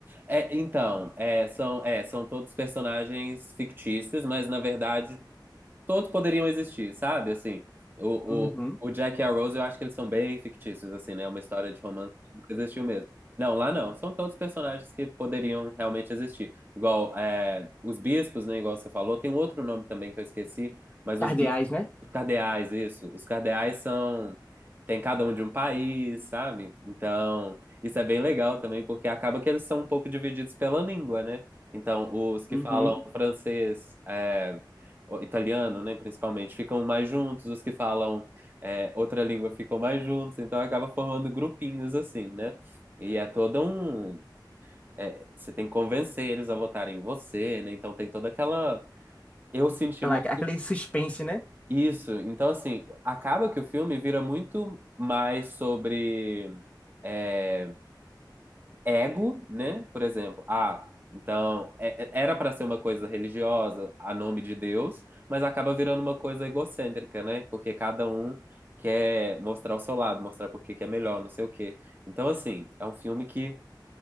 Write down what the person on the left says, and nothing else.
Uhum.
Cardeais,
né?
Uhum.
Aquela-
Aquele suspense, né?